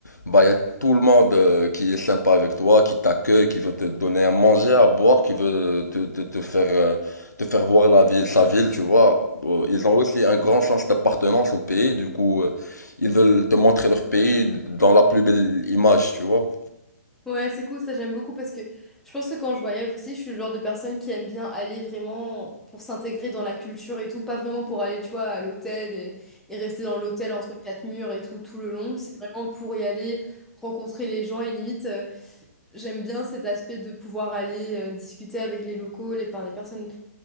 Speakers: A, on the left; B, in the centre.
A: Bah, il y a tout le monde euh, qui est sympa avec toi, qui t'accueille, qui veut te donner à manger, à boire, qui veut te, te, te faire, euh, te faire voir la ville, sa ville, tu vois. Euh, Ils ont aussi un grand sens d'appartenance au pays, du coup, euh, ils veulent te montrer leur pays dans la plus belle image, tu vois.
B: Ouais, c'est cool, ça j'aime beaucoup parce que je pense que quand je voyage aussi, je suis le genre de personne qui aime bien aller vraiment pour s'intégrer dans la culture et tout, pas vraiment pour aller, tu vois, à l'hôtel et, et rester dans l'hôtel entre quatre murs et tout, tout le long. C'est vraiment pour y aller, rencontrer les gens et limite, euh, j'aime bien cet aspect de pouvoir aller euh, discuter avec les locaux, les, enfin, les personnes.